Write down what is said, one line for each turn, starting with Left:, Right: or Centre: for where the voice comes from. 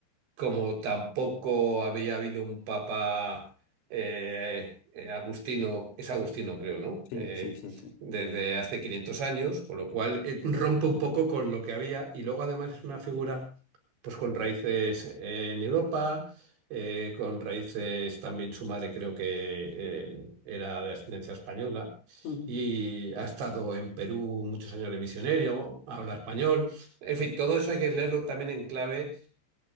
Right: como tampoco había habido un papa eh, eh, agustino, es agustino creo, ¿no?
Left: Sí,
Right: Eh,
Left: sí, sí, sí.
Right: desde hace 500 años, con lo cual eh, rompe un poco con lo que había y luego además es una figura pues con raíces eh, en Europa, eh, con raíces también su madre creo que eh, era de ascendencia española.
Left: Mm.
Right: Y ha estado en Perú muchos años de misionero, habla español. En fin, todo eso hay que leerlo también en clave